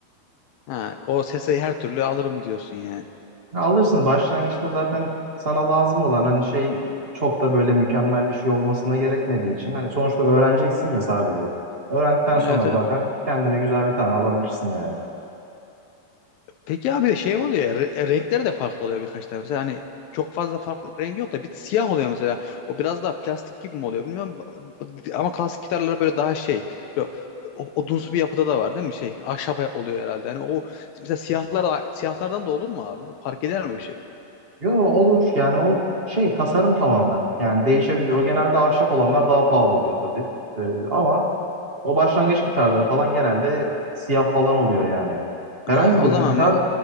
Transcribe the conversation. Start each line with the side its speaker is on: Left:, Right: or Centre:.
Left: Ha, o sesi her türlü alırım diyorsun yani.
Right: Ya Alırsın başlangıçta zaten sana lazım olan hani şey çok da böyle mükemmel bir şey olmasına gerekmediği için hani sonuçta öğreneceksin ya sadece. Öğrendikten sonra
Left: Evet, evet.
Right: zaten kendine güzel bir tane alabilirsin yani.
Left: Peki abi şey oluyor ya, re- e, renkleri de farklı oluyor birkaç tane. Mesela hani çok fazla farklı rengi yok da bir siyah oluyor mesela. O biraz daha plastik gibi mi oluyor bilmiyorum. B- b- Ama klasik gitarlara böyle daha şey. Böyle o- odunsu bir yapıda da var değil mi? Şey ahşap e-, oluyor herhalde. Hani o mesela siyahlar siyahlardan da olur mu abi? Fark eder mi bir şey?
Right: Yo olur yani o şey tasarım tamamen yani değişebilir. O
Left: Ha
Right: genelde
Left: öyle.
Right: ahşap olanlar daha pahalı oluyor tabii. Ee, ama o başlangıç gitarları falan genelde siyah falan oluyor yani. Herhangi
Left: Ha,
Right: bu,
Left: o zaman
Right: bu gitar
Left: ben